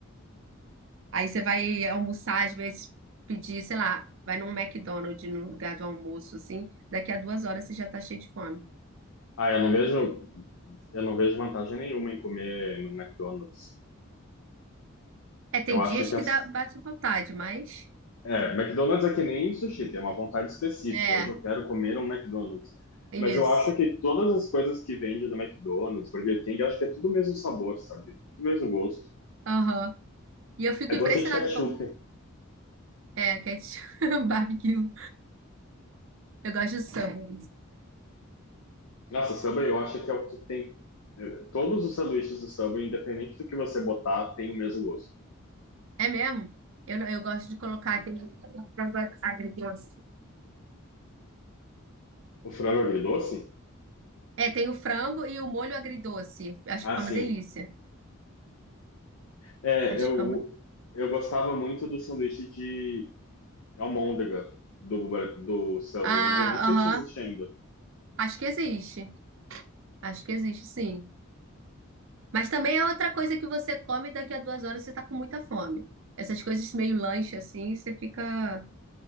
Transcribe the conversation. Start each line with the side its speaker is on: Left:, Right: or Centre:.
Right: Aí você vai almoçar, às vezes pedir, sei lá, vai num McDonald's, num lugar do almoço, assim, daqui a duas horas você já tá cheio de fome.
Left: Ah, eu não vejo, eu não vejo vantagem nenhuma em comer no McDonald's.
Right: É, tem
Left: Eu acho
Right: dias
Left: que
Right: que
Left: as
Right: dá, bate vontade, mas...
Left: É, McDonald's é que nem sushi, tem uma vontade específica.
Right: É,
Left: Hoje eu quero comer um McDonald's.
Right: é
Left: Mas eu
Right: isso.
Left: acho que todas as coisas que vende do McDonald's, Burger King, eu acho que é tudo o mesmo sabor, sabe? Tudo o mesmo gosto.
Right: Aham. E eu fico
Left: Eu
Right: impressionada
Left: gosto de ketchup.
Right: como... É, ketchup, <laughs> barbecue. Eu gosto de samba.
Left: Nossa, Subway eu acho que é o que tem. eh, Todos os sanduíches do Subway, independente do que você botar, tem o mesmo gosto.
Right: É mesmo? Eu, não- eu gosto de colocar aquele... frango agridoce.
Left: O frango agridoce?
Right: É, tem o frango e o molho agridoce. Acho
Left: Ah,
Right: que fica
Left: sim.
Right: uma delícia.
Left: É,
Right: Acho
Left: eu,
Right: que fica muito.
Left: eu gostava muito do sanduíche de almôndega do, Burger- do Subway,
Right: Ah,
Left: mas eu nem sei
Right: aham.
Left: se existe ainda.
Right: Acho que existe. Acho que existe, sim. Mas também é outra coisa que você come e daqui a duas horas você tá com muita fome. Essas coisas meio lanche assim, você fica.